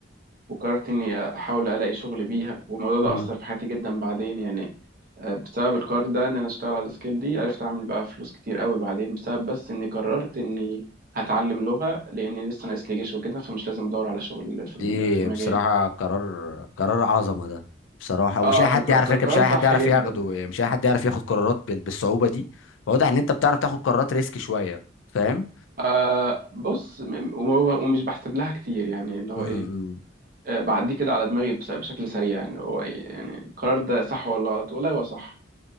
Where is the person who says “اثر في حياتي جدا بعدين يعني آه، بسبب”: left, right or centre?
Right